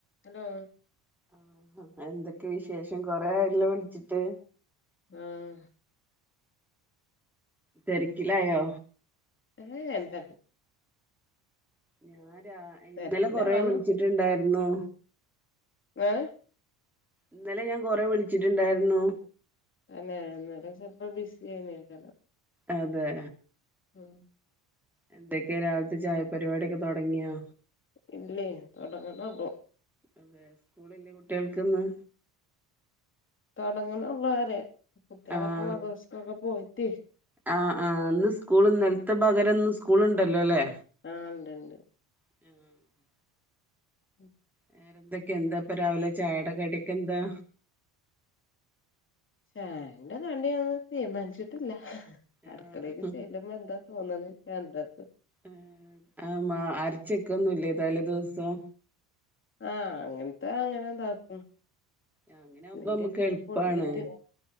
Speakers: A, on the left (about 30°); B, in the centre.
A: ഹലോ
B: ആഹാ എന്തൊക്കെ വിശേഷം കൊറേയായല്ലൊ വിളിച്ചിട്ട്
A: ആഹ്
B: തെരക്കിലായോ
A: ഏഹ്, അല്ല
B: ഞാൻ രാ.. ഇന്നലെ
A: തിരക്കിനാണ്
B: കൊറേ വുളിച്ചിട്ട്ണ്ടായ്രുന്നു
A: ഏഹ്
B: ഇന്നലെ ഞാൻ കൊറേ വുളിച്ചിട്ട്ണ്ടായ്രുന്നു
A: തന്നേ ഇന്നലെ ചെൽപ്പൊ ബിസിയെന്നേകാരം
B: അതേ
A: ഉം
B: എന്തൊക്കെ രാവിൽത്തെ ചായ പരിപാടിയൊക്കെ തൊടങ്ങ്യോ
A: ഇല്ലേ, തൊടങ്ങ്ണൊള്ളു
B: അതെ സ്കൂളില്ലേ കുട്ടികൾക്കിന്ന്?
A: തൊടങ്ങ്ണൊള്ളു പറിയാ കുട്ടിയളൊക്കെ
B: ആഹ്
A: മദ്രസ്ക്കൊക്കെ പോയിട്ട്
B: ആഹ്, ആഹ് ഇന്ന് സ്കൂൾ ഇന്നലത്തെ പകരം ഇന്ന് സ്കൂള് ഇണ്ടല്ലല്ലേ?
A: ആഹ് ഇണ്ട്ണ്ട്
B: ആഹ്
A: ഉം
B: വേറെന്തെക്കെ? എന്താ ഇപ്പൊ രാവിലെ ചായേടെ കടിക്കെന്താ?
A: ചായന്റെ കടിയൊന്നും തീരുമാനിച്ചിട്ടില്ല.
B: ആഹ്
A: അടുക്കളയിലേക്ക് ചെ ല്ലുമ്പം എന്താ തോന്ന്ളെച്ചാ അഹ് ഇണ്ടാക്കും
B: ആഹ്, ആഹ് മാ അരച്ചെക്കൊന്നുല്യ തലേ ദിവസം?
A: ആഹ്, അങ്ങനത്തെ അങ്ങനെ ഇതാക്കും
B: ആഹ്, അങ്ങനെയാകുമ്പോ
A: അല്ലെങ്കി
B: അമ്മൾക്കെളുപ്പാണ്.
A: പിന്നെ പൊടിയേറ്റ്